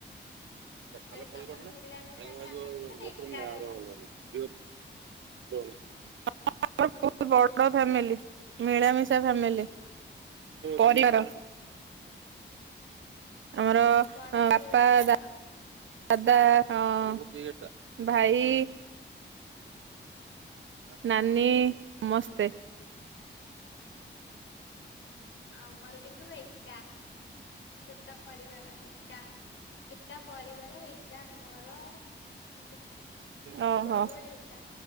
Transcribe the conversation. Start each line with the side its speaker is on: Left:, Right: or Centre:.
Right: ଏ ଖାଲ
Left: ମୁଁ କହିଲି
Right: ଫାଲ
Left: ତମର
Right: ପ‌ଡିଲେ
Left: ମିଳାମିଶା
Right: ଭାଙ୍ଗିଭୁଙ୍ଗା
Left: ଫ୍ୟାମିଲି ନା ଏକା ଘର?
Right: ଯିବ <unintelligible> <unintelligible> ବଡ ଫ୍ୟାମିଲ ମିଳାମିଶା ଫ୍ୟାମିଲ ପରିବାର।
Left: <inaudible>
Right: ଆମର
Left: ବଡ ପରିବାର
Right: ବାପା
Left: ତାହେଲେ
Right: ଯା
Left: ତମ
Right: ଦାଦା ହଁ ଭାଇ। ନାନୀ ସମସ୍ତେ।
Left: ଆମର କିନ୍ତୁ ଏକା ଛୋଟ ପରିବାର। ଏକା ଏକା ପରିବାର ଏକା ଘର କିଛି।
Right: ଓ
Left: ସବୁବେଳେ
Right: ହୋ।
Left: ଏକା